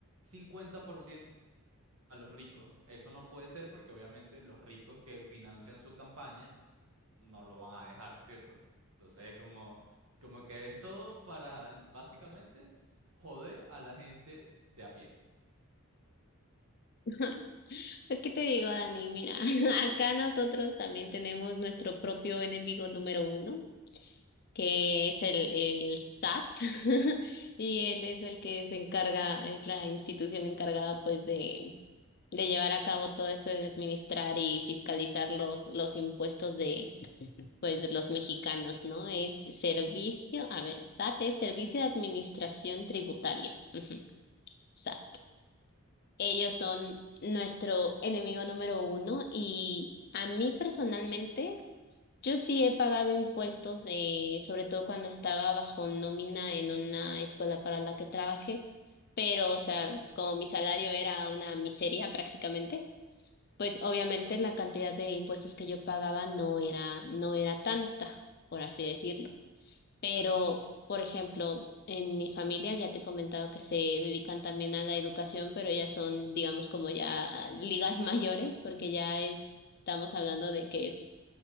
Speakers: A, on the right (about 65°); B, on the left (about 45°).
A: 50% a los ricos. Eso no puede ser porque obviamente los ricos que financian su campaña no lo van a dejar, ¿cierto? Entonces es como, como que es todo para básicamente joder a la gente de a pie.
B: <laughs> Pues, ¿qué te digo, Dani? Mira, <laughs> acá nosotros también tenemos nuestro propio enemigo número uno, que es el, el SAT, <laughs> y él es el que se encarga, es la institución encargada, pues, de, de llevar a cabo todo esto de administrar y fiscalizar los, los impuestos de, pues, de los mexicanos, ¿no? Es servicio, a ver, SAT es Servicio de Administración Tributaria, <laughs> ujú, SAT. Ellos son nuestro enemigo número uno y a mí personalmente, yo sí he pagado impuestos, eh, sobre todo cuando estaba bajo nómina en una escuela para la que trabajé, pero o sea, como mi salario era una miseria prácticamente, pues obviamente la cantidad de impuestos que yo pagaba no era, no era tanta, por así decirlo. Pero, por ejemplo, en mi familia ya te he comentado que se dedican también a la educación, pero ellas son, digamos, como ya ligas <laughs> mayores, porque ya es- estamos hablando de que es-